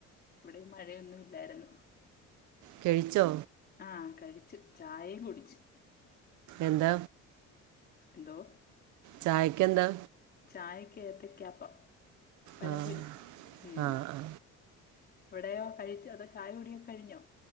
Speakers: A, on the left; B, on the right.
A: ഇവിടെ മഴയൊന്നും ഇല്ലായിരുന്നു.
B: കഴിച്ചോ?
A: ആഹ് കഴിച്ച് ചായേം കുടിച്ച്.
B: എന്താ.
A: എന്തോ
B: ചായക്കെന്താ?
A: ചായക്ക് ഏത്തക്കപ്പം പഴം
B: ആ
A: പൊരി ഉം
B: ആ ആ
A: അവിടെയോ കഴിച്ചോ അതോ ചായ കുടിയൊക്കെ കഴിഞ്ഞോ?